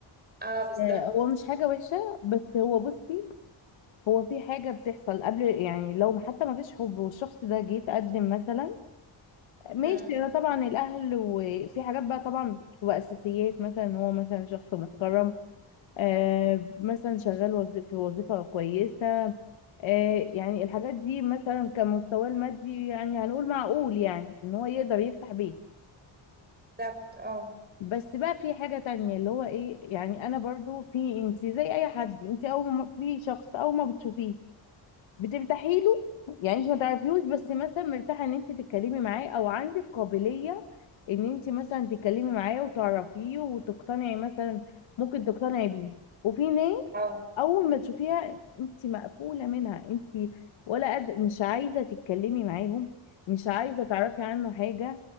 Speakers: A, on the right (about 20°); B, on the left (about 80°).
A: اه بالظبط
B: آه، هو مش حاجه وحشه بس هو بصي هو في حاجه بتحصل قبل يعني لو حتى ما فيش حب والشخص ده جه يتقدم مثلا ماشي
A: مم،
B: انا طبعا الاهل وفي حاجات بقى طبعا بتبقى اساسيات مثلا هو مثلا شخص محترم آه مثلا شغال وظي- في وظيفه كويسه آه يعني الحاجات دي مثلا كمستواه المادي يعني هنقول معقول يعني ان هو يقدر يفتح بيت
A: بالظبط اه
B: بس بقى في حاجه تانية اللي هو ايه يعني انا برضو في انت زي اي حد انت اول ما في شخص اول ما بتشوفيه بترتاحي له يعني انت ما تعرفيهوش بس مثلا مرتاحه ان انت تتكلمي معاه او عندك قابليه ان انت مثلا تتكلمي معاه وتعرفيه وتقتنعي مثلا ممكن تقتنعي بيه وفي ناس
A: اه
B: اول ما تشوفيها انت مقفوله منها انت ولا قد مش عايزه تتكلمي معاهم مش عايزه تعرفي عنه حاجه